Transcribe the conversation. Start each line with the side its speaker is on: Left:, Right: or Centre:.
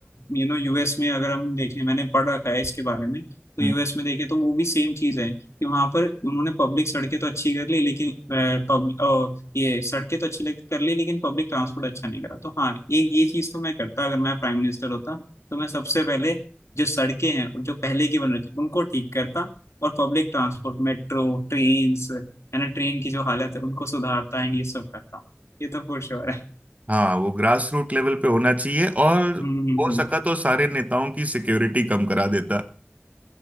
Left: यू नो यूएस में अगर हम देखें मैंने पढ़ रखा है इसके बारे में तो
Right: हम्म।
Left: यूएस में देखें तो वो भी सेम चीज है कि वहां पर उन्होंने पब्लिक सड़कें तो अच्छी कर ली लेकिन पब्लिक ये सड़कें तो अच्छी लग- कर ली लेकिन पब्लिक ट्रांसपोर्ट अच्छा नहीं करा तो हाँ एक ये चीज तो मैं करता अगर मैं प्राइम मिनिस्टर होता तो मैं सबसे पहले जो सड़कें हैं जो पहले की बन रखी उनको ठीक करता और पब्लिक ट्रांसपोर्ट मेट्रो ट्रेन है ना ट्रेन की जो हालत है उनको सुधारता एंड ये सब करता ये तो फॉर श्योर है
Right: हाँ वो ग्रास रूट लेवल पे होना चाहिए और
Left: हम्म हम्म
Right: हो
Left: हम्म।
Right: सका तो सारे नेताओं की सिक्योरिटी कम करा देता